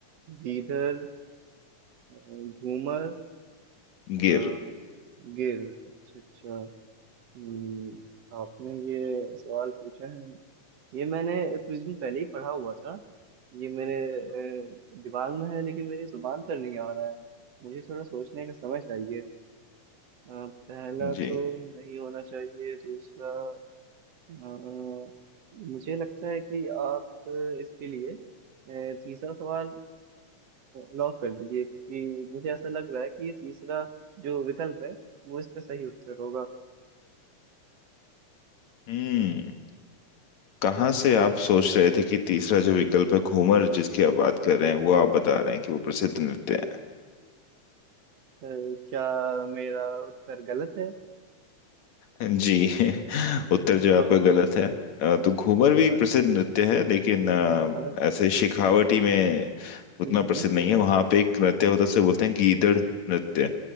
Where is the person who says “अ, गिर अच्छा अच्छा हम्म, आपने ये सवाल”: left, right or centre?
Right